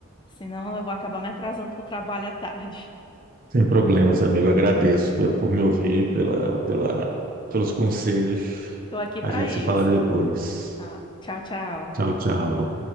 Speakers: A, on the left; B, on the right.
A: senão eu vou acabar me atrasando para o trabalho à tarde.
B: Sem problemas, amigo. Agradeço pelo, por
A: Tá?
B: me ouvir, pela, pela, pelos conselhos.
A: Tô aqui
B: A
A: para
B: gente
A: isso.
B: se fala depois.
A: Ah, tchau, tchau.
B: Tchau, tchau.